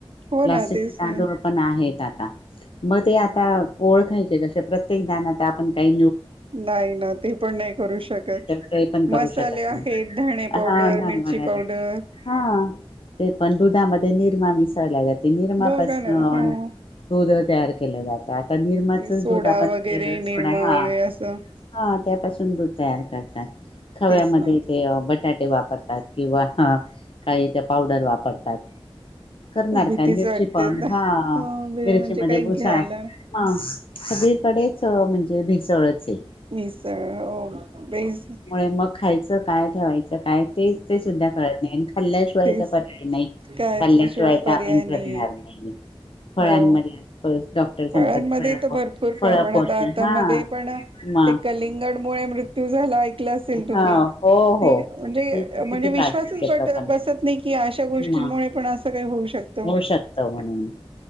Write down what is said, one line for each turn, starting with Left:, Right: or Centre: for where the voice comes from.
Right: हो
Left: प्लास्टिकचे
Right: ना तेच
Left: तांदूळ
Right: ना.
Left: पण आहेत आता, मग ते आता ओळखायचे कसे? प्रत्येक दाणा तर आपण नि
Right: नाही ना, ते पण नाही करू शकत,
Left: ते पण करू
Right: मसाले
Left: शकत नाही.
Right: आहेत, धणे पावडर,
Left: हा धानवड्या
Right: मिर ची पावडर
Left: हा ते पण दुधामध्ये निरमा मिसळल्या लागते निरमापासन
Right: बघा ना हो.
Left: दूध तयार केलं जातं आता निरमाचच
Right: ते सोडा
Left: दूध आपण
Right: वगैरे
Left: <inaudible>
Right: निरमा
Left: सोडा हा.
Right: वगैरे असं
Left: हा त्यापासून दूध तयार करतात खव्यामध्ये
Right: तेच ना.
Left: ते ब टाटे वापरतात किंवा हा काही ते पावडर वापरतात. करणार
Right: भीतीच
Left: काय मिरची
Right: वाटते
Left: पण
Right: ना
Left: हा
Right: हो बे-
Left: मिरची
Right: म्हणजे
Left: मध्ये
Right: काही
Left: भुसा
Right: घ्यायला
Left: हा सगळीकडेच म्हणजे भेसळच हे.
Right: मिसळ ओ बेस
Left: मग खायचं काय ठेवायचं काय ते ते सुद्धा कळत नाही आणि खाल्ल्याशिवाय
Right: तेच
Left: तर पर्याय नाही.
Right: काय
Left: खाल्ल्याशिवाय
Right: असल्याशिवाय
Left: तर
Right: पर्याय
Left: आपण जगणार
Right: नाहीये
Left: नाही फळांमध्ये
Right: हो.
Left: आज <inaudible> सांगतात
Right: फळांमध्ये
Left: फळ
Right: तर भरपूर
Left: फळ
Right: प्रमाणात
Left: पोषण
Right: आता
Left: हा
Right: मध्ये पण
Left: म
Right: ते कलिंगड मुळे मृत्यू झाला ऐकलं असेल तुम्ही
Left: हा हो हो
Right: ते म्हणजे
Left: ते तर
Right: म्हणजे
Left: किती गाजलं
Right: विश्वासच
Left: ते
Right: बट
Left: प्रकरण
Right: बसत नाही की अशा गोष्टींमुळे
Left: म
Right: पण असं काही होऊ शक
Left: होऊ शकतं म्हणून